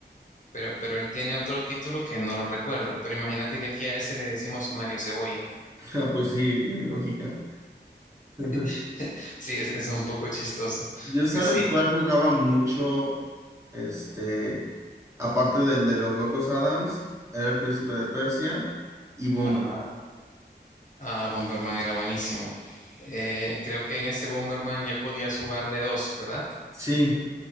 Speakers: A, on the left (about 45°); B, on the right (about 15°).
A: Pero, pero él tiene otro título que no lo recuerdo. Pero imagínate que aquí a ese le decimos Mario Cebolla.
B: <laughs> Ah, Pues sí, tiene lógica. <laughs>
A: <laughs> Sí, es, es un poco chistoso.
B: Yo sabes
A: Pues sí.
B: cuál jugaba mucho, este, aparte del de los Locos Adams, era el Príncipe de Persia y Bomber.
A: Ajá. Ah, Bomberman era buenísimo. Eh, creo que en ese Bomberman ya podías jugar de a dos, ¿verdad?
B: Sí,